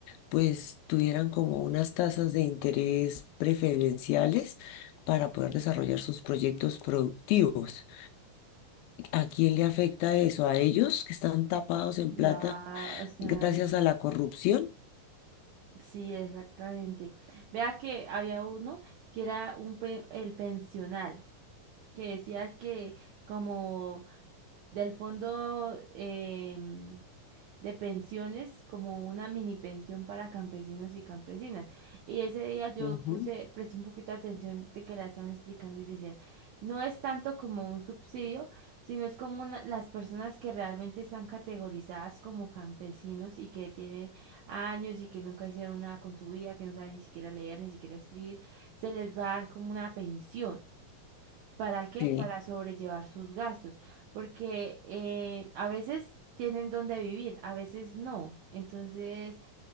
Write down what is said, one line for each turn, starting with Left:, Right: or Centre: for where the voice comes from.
Left: pues tuvieran como unas tasas de interés preferenciales para poder desarrollar sus proyectos productivos. ¿A quién le afecta eso? ¿A ellos que están tapados en
Right: No,
Left: plata
Right: o sea.
Left: gracias a la corrupción?
Right: Sí, exactamente. Vea que había uno que era un pe- el pensional, que decía que como del fondo, em, de pensiones, como una mini pensión para campesinos y campesinas. Y ese día yo
Left: Ujú.
Right: puse, presté un poquito de atención de que la están explicando y decían, no es tanto como un subsidio, sino es como una- las personas que realmente están categorizadas como campesinos y que tienen años y que nunca hicieron nada con su vida, que no saben ni siquiera leer, ni siquiera escribir, se les va a dar como una pensión. ¿Para qué?
Left: Sí.
Right: Para sobrellevar sus gastos, porque eh, a veces tienen donde vivir, a veces no. Entonces,